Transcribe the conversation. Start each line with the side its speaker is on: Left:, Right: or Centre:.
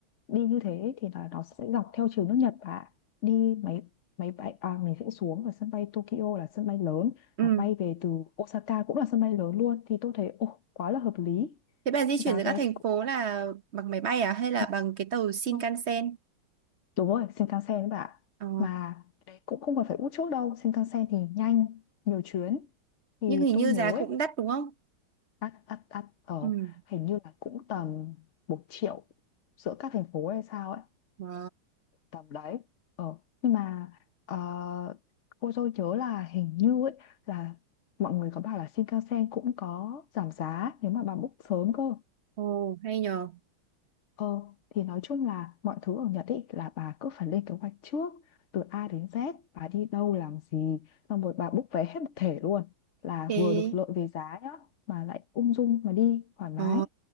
Left: đi như thế thì là nó sẽ dọc theo chiều nước Nhật và đi máy máy bay à mình sẽ xuống ở sân bay Tokyo là sân bay lớn
Right: ừ
Left: và bay về từ Osaka cũng là sân bay lớn luôn thì tôi thấy ồ quá là hợp lý.
Right: thế bà di
Left: Giá
Right: chuyển giữa
Left: vé
Right: các thành
Left: thì cũng
Right: phố là bằng máy bay à hay là
Left: ừ,
Right: bằng cái tàu Shinkansen
Left: không. Đúng rồi, Shinkansen đấy bạn.
Right: ờ
Left: Mà đấy, cũng không còn phải út chốt đâu, Shinkansen thì nhanh, nhiều chuyến. Thì
Right: nhưng hình
Left: tôi
Right: như
Left: nhớ
Right: giá cũng
Left: ấy,
Right: đắt đúng không
Left: ắt ắt ắt ờ
Right: ừ
Left: hình như là cũng tầm một triệu giữa các thành phố hay sao ấy
Right: ờ
Left: tầm đấy ờ nhưng mà ờ, cô tôi nhớ là hình như ấy là mọi người có bảo là Shinkansen cũng có giảm giá nếu mà bà book sớm cơ
Right: ồ hay nhờ
Left: ờ thì nói chung là mọi thứ ở Nhật ấy là bà cứ phải lên kế hoạch trước từ A đến Z bà đi đâu làm gì xong rồi bà book vé hết một thể luôn là
Right: thế
Left: vừa được lợi về giá nhá mà lại ung dung mà đi thoải mái
Right: Ờ.